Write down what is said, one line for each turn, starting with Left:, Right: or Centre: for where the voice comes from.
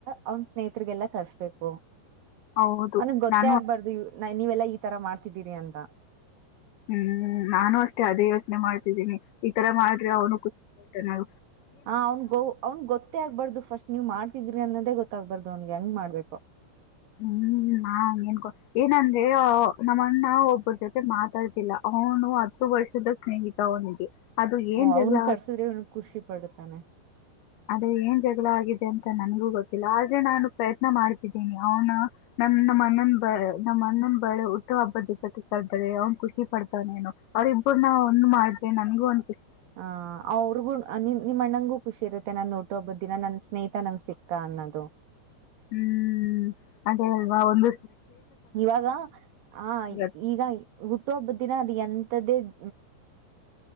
Right: ಅವನ್ ಸ್ನೇಹಿತಗೆಲ್ಲ ಕರ್ಸ್ಬೇಕು
Left: ಹೌದು
Right: ಅವನನ್ ಗೊತ್ತೇ
Left: ನಾನು
Right: ಆಗ್ಬಾರ್ದು ನೀವೆಲ್ಲಾ ಈ ತರ ಮಾಡ್ ಮಾಡತಿದ್ದೀರಿ ಅಂತ
Left: ಹ್ಮ್ ನಾನು ಅಷ್ಟೇ ಅದೇ ಯೋಚನೆ ಮಾಡ್ತಿದ್ದೀನಿ ಈ ತರ ಮಾಡ್ರಿ ಅವ್ನು ನ
Right: ಹಾ ಅವ್ನ್ ಗ ಅವ್ನ್ ಗೊತ್ತ ಆಗ್ಬಾರ್ದು ಫಸ್ಟ್ ನೀ್ ಮಾಡ್ತಿದ್ರಿ ಅನ್ನೋದೇ ಗೊತ್ತಾಗಬಾರ್ದು ಅವನ್ಗೆ ಹಂಗ್ ಮಾಡ್ಬೇಕು
Left: ಹ್ಮ್ ನ ನ್ಕೊ ಏನಂದ್ರೆ ನಮ್ಮಣ್ಣ ಒಬ್ಬರ ಜೊತೆ ಮಾತಾಡ್ತಿಲ್ಲ ಅವನು ಹತ್ತು ವರ್ಷದ ಸ್ನೇಹಿತ ಅವನಿಗೆ ಅದು ಏನ್
Right: ಓ
Left: ಜಗಳ
Right: ಅವ್ನ್ ಕರ್ಸುದ್ರೆ ಅವನ್ ಖುಷಿ ಪಡ್ತಾನೆ
Left: ಅದೇ ಏನ್ ಜಗಳ ಆಗಿದೆ ಅಂತ ನನ್ಗೂ ಗೊತ್ತಿಲ್ಲ ಆದ್ರೆ ನಾನು ಪ್ರಯತ್ನ ಮಾಡ್ತಿದ್ದೀನಿ ಅವನ ನನ್ನ ನಮ್ಮ ಅಣ್ಣನ್ ಬ ನಮ್ಮ ಅಣ್ಣನ್ ಬಳೆ ಹುಟ್ಟು ಹಬ್ಬದ ದಿವಸಕ್ಕೆ ಕರೆದಾರೆ ಅವ್ನ್ ಖುಷಿ ಪಡ್ತವೇನು ಅವ್ರ ಇಬ್ಬರನ್ನ ಒಂದ್ ಮಾಡಿದ್ರೆ ನನ್ಗೂ ಒಂದ
Right: ಹ ಅವ್ರಿಗು ನಿ ನಿಮ್ಮಣ್ಣಂಗು ಖುಷಿ ಇರುತ್ತೆ ನಾನನ್ ನೋಟ ಒಬ್ಬದ ದಿನ ನನ್ ಸ್ನೇಹಿತಾ ನಂಗ್ ಸಿಕ್ಕಾ ಅನ್ನೋದು
Left: ಹ್ಮ್ ಅೆಲ್ವಾ ಒಂದ
Right: ಇವಾಗ ಆ
Left: ಇರತ್ತೆ.
Right: ಈಗ ಹುಟ್ಟುಹಬ್ಬದ ದಿನ ಅದ್ ಎಂತ ತದಿದ್